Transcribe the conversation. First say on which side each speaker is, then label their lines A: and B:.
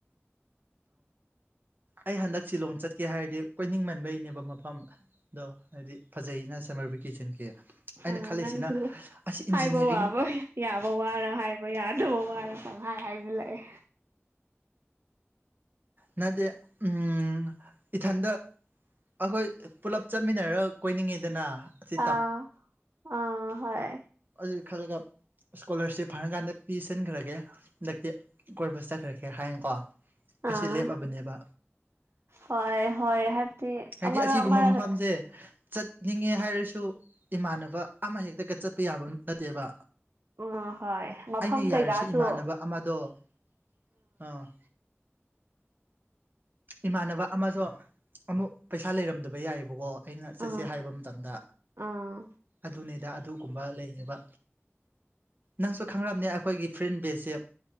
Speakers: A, on the right (about 45°); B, on the right (about 60°).
A: ꯑꯩ ꯍꯟꯗꯛ ꯁꯤꯂꯣꯡ ꯆꯠꯀꯦ ꯍꯥꯏꯔꯗꯤ ꯀꯣꯏꯅꯤꯡꯃꯟꯕꯩꯅꯦꯕ ꯃꯐꯝ ꯑꯗꯣ ꯍꯥꯏꯗꯤ ꯐꯖꯩꯅ ꯁꯝꯃꯔ ꯚꯦꯀꯦꯁꯟꯒꯤ ꯑꯩꯅ
B: ꯑꯥ
A: ꯈꯜꯂꯤꯁꯤꯅ
B: ꯅꯪꯁꯨ
A: ꯑꯁꯤ
B: ꯍꯥꯏꯕ
A: ꯏꯟꯖꯤꯅꯤꯌꯥꯔꯤꯡ
B: ꯋꯥꯕ ꯌꯥꯕ ꯋꯥꯔ ꯍꯥꯏꯕ ꯌꯥꯗꯕ ꯋꯥꯔ ꯄꯈꯥꯏ ꯍꯥꯏꯖꯤꯜꯂꯛꯑꯦ
A: ꯅꯠꯇꯦ ꯑꯝ ꯏꯊꯟꯇ ꯑꯩꯈꯣꯏ ꯄꯨꯂꯞ ꯆꯠꯃꯤꯟꯅꯔ ꯀꯣꯏꯅꯤꯡꯉꯤꯗꯅ ꯑꯁꯤ
B: ꯑꯥ ꯑꯥ ꯍꯣꯢ
A: ꯑꯗꯨꯒꯤ ꯈꯥꯜꯂꯒ ꯏꯁꯀꯣꯂꯥꯔꯁꯤꯞ ꯐꯪꯉ ꯀꯥꯟꯗ ꯄꯤꯁꯟꯈ꯭ꯔꯒꯦ ꯍꯟꯗꯛꯇꯤ ꯀꯣꯏꯕ ꯆꯠꯈ꯭ꯔꯒꯦ ꯍꯥꯏꯅꯀꯣ ꯑꯩꯁꯦ
B: ꯑꯥ
A: ꯂꯦꯞꯄꯕꯅꯦꯕ
B: ꯍꯣꯏ ꯍꯣꯏ ꯍꯥꯏꯕꯗꯤ
A: ꯍꯥꯏꯗꯤ
B: ꯑꯃꯔꯛ
A: ꯑꯁꯤꯒꯨꯝꯕ
B: ꯑꯃꯔꯛ
A: ꯃꯐꯝꯁꯦ
B: ꯈꯛꯇ
A: ꯆꯠꯅꯤꯡꯉꯦ ꯍꯥꯏꯔꯁꯨ ꯏꯃꯥꯟꯅꯕ ꯑꯃꯍꯦꯛꯇꯒ ꯆꯠꯄ ꯌꯥꯕ ꯅꯠꯇꯦꯕ
B: ꯑꯥ ꯍꯣꯏ ꯃꯐꯝ
A: ꯑꯩꯅ ꯌꯥꯔꯁꯨ
B: ꯀꯩꯀꯥꯁꯨ
A: ꯏꯃꯥꯟꯅꯕ ꯑꯃꯗꯣ ꯑꯥ ꯏꯃꯥꯟꯅꯕ ꯑꯃꯁꯨ ꯑꯃꯨꯛ ꯄꯩꯁꯥ ꯂꯩꯔꯝꯗꯕ ꯌꯥꯏꯑꯦꯕꯀꯣ ꯑꯩꯅ ꯆꯠꯁꯦ
B: ꯑꯥ
A: ꯍꯥꯏꯕ ꯃꯇꯝꯗ
B: ꯑꯥ
A: ꯑꯗꯨꯅꯦꯗ ꯑꯗꯨꯒꯨꯝꯕ ꯂꯩꯌꯦꯕ ꯅꯪꯁꯨ ꯈꯪꯔꯝꯅꯤ ꯑꯩꯈꯣꯏꯒꯤ ꯐ꯭ꯔꯦꯟ ꯕꯦꯁꯁꯦ